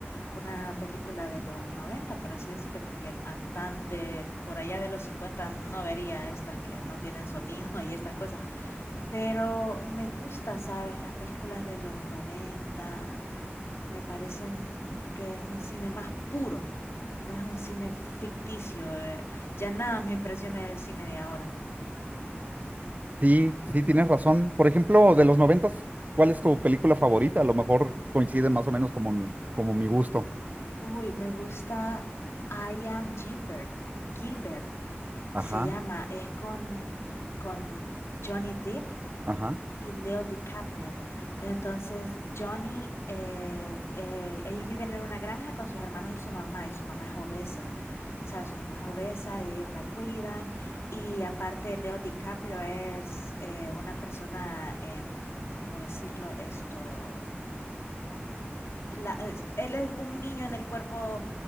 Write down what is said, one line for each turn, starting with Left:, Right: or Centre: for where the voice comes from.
Left: una película de los 90, por así decirlo, porque a- tan de por allá de los 50 no vería estas que no tienen sonido <laughs> y estas cosas. Pero me gusta, ¿sabes? Las películas de los 90 me parecen que es un cine más puro, no es un cine ficticio. eh, ya nada me impresiona del cine de ahora.
Right: Sí, sí, tienes razón. Por ejemplo, de los noventas, ¿cuál es tu película favorita? A lo mejor coincide más o menos como, mi- como mi gusto.
Left: Uy, me gusta I Am Gilbert. Gilbert
Right: Ajá,
Left: se llama, es con, con Johnny Depp
Right: ajá.
Left: y Leo DiCaprio. Entonces, Johnny, eh, eh, ellos viven en una granja con sus hermanos y su mamá, y su mamá es obesa, ¿sabes? Su mamá es obesa y ellos la cuidan. Y aparte, Leo DiCaprio es eh, una persona, em, ¿cómo decirlo? Esto, la- es- él es un niño en el cuerpo